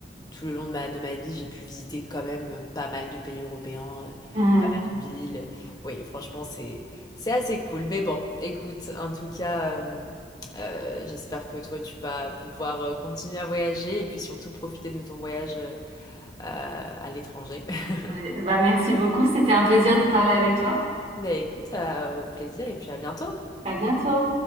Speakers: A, on the left (about 20°); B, on the right (about 35°).
A: Tout le long de ma, de ma vie, j'ai pu visiter quand même pas mal de pays européens, euh,
B: Mhm.
A: pas mal de villes. Oui, franchement, c'est, c'est assez cool. Mais bon, écoute, en tout cas, euh, euh, j'espère que toi, tu vas pouvoir euh, continuer à voyager et puis surtout profiter de ton voyage euh, à à l'étranger. <laughs>
B: Ouais, bah merci beaucoup, c'était un plaisir de parler avec toi.
A: Ben écoute, à- au plaisir et puis à bientôt.
B: À bientôt.